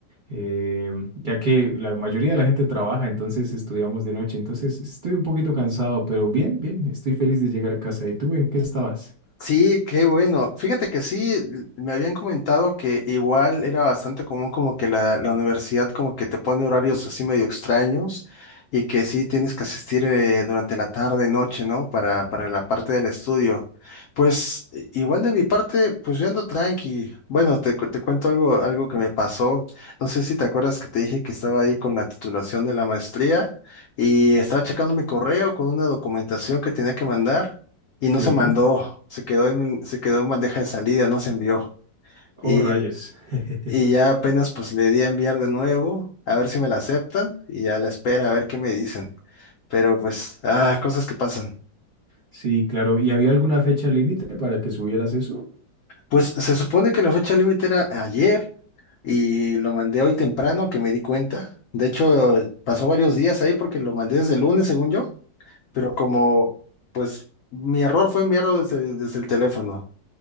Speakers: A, on the right; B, on the left.
A: eh, ya que la mayoría de la gente trabaja, entonces estudiamos de noche, entonces estoy un poquito cansado, pero bien, bien, estoy feliz de llegar a casa. ¿Y tú en qué estabas?
B: Sí, qué bueno. Fíjate que sí, l- me habían comentado que igual era bastante común como que la, la universidad como que te pone horarios así medio extraños y que sí tienes que asistir eh, durante la tarde, noche, ¿no? Para, para la parte del estudio. Pues i- igual de mi parte, pues yo ando tranqui. Bueno, te, cu- te cuento algo, algo que me pasó. No sé si te acuerdas que te dije que estaba ahí con la titulación de la maestría y estaba checando mi correo con una documentación que tenía que mandar y
A: Sí.
B: no se mandó, se quedó en, se quedó en bandeja de salida, no se envió. Y,
A: Oh, rayos. <laughs>
B: y ya apenas pues le di a enviar de nuevo, a ver si me la aceptan y a la espera, a ver qué me dicen. Pero pues, ah, cosas que pasan.
A: Sí, claro, ¿y había alguna fecha límite para que subieras eso?
B: Pues se supone que la fecha límite era ayer y lo mandé hoy temprano que me di cuenta. De hecho, pasó varios días ahí porque lo mandé desde el lunes, según yo, pero como pues mi error fue enviarlo desde, desde el teléfono.